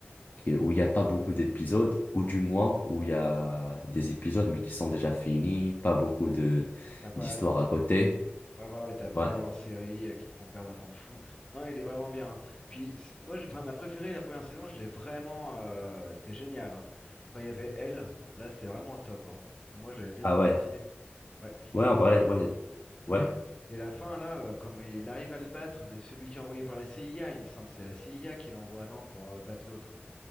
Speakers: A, on the left (about 45°); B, on the left (about 15°).
A: qui- où il n'y a pas beaucoup d'épisodes, ou du moins où il y a des épisodes mais qui sont déjà finis, pas beaucoup de
B: T'as pas
A: d'histoires
B: à attendre.
A: à côté.
B: Ouais, voilà, et t'as pas
A: Ouais.
B: des hors-séries euh, qui te font perdre un temps fou. Non, il est vraiment bien. hein. Puis, c'est- moi, j'ai- enfin, ma préférée, la première saison, je l'ai vraiment... euh, C'était génial, hein. Quand il y avait elle, là, c'était vraiment top, hein. Enfin, moi, j'avais bien
A: Ah
B: apprécié.
A: ouais.
B: Ouais.
A: Ouais,
B: Par
A: en vrai,
B: contre,
A: ouais. Ouais.
B: Ouais. Et la fin, là, euh, comme il arrive à le battre, c'est celui qui est envoyé par la CIA, il me semble, c'est la CIA qui l'envoie, non, pour euh, battre l'autre.